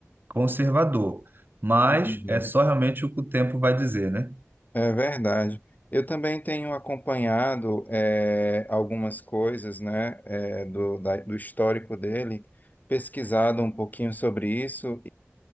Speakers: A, on the right; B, on the left.
A: conservador, mas
B: Uhum.
A: é só realmente o que o tempo vai dizer, né?
B: É verdade. Eu também tenho acompanhado eh, algumas coisas, né, eh, do, da- do histórico dele, pesquisado um pouquinho sobre isso